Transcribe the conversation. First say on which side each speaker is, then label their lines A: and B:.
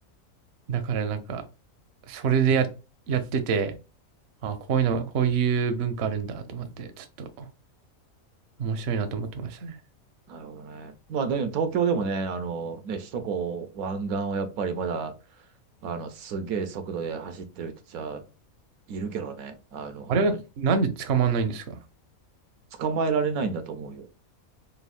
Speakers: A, on the right (about 65°); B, on the right (about 85°).
A: だからなんか、それでや、やってて、あ、こういうの、こういう文化あるんだと思って、ちょっと面白いなと思ってましたね。
B: なるほどね。まあ、でも東京でもね、あの、ね、首都高湾岸はやっぱりまだ、あの、すげえ速度で走ってる人じゃ、いるけどね、あの、本当に。
A: あれはなんで捕まんないんですか
B: 捕まえられないんだと思うよ。